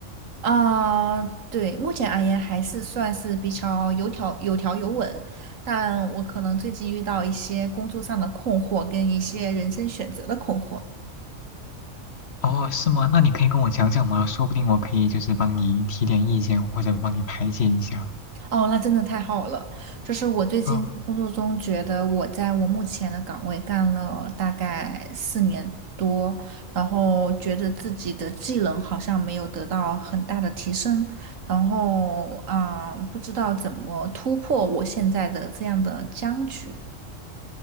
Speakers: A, on the right; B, on the left.
A: 啊、对，目前而言还是算是比较有条有条有稳，但我可能最近遇到一些工作上的困惑，跟一些人生选择的困惑。
B: 哦，是吗？那你可以跟我讲讲吗？说不定我可以就是帮你提点意见，或者帮你排解一下。
A: 哦，那真的太好了！就是我最近在工作中觉得我在我目前的岗位干了大概四年多，
B: 嗯。
A: 然后觉得自己的技能好像没有得到很大的提升，然后啊，不知道怎么突破我现在的这样的僵局。